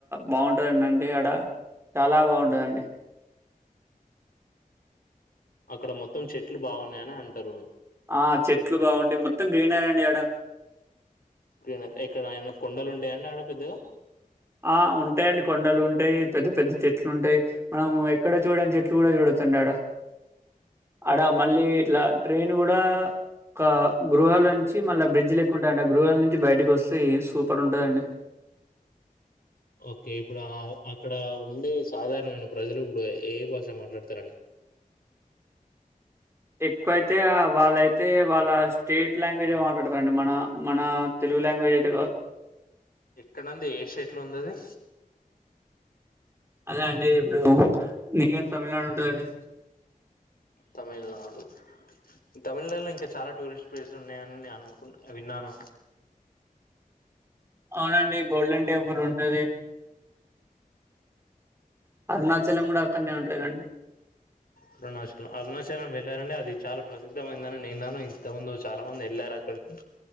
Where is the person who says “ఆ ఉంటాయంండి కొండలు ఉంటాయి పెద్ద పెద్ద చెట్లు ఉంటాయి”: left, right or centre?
Right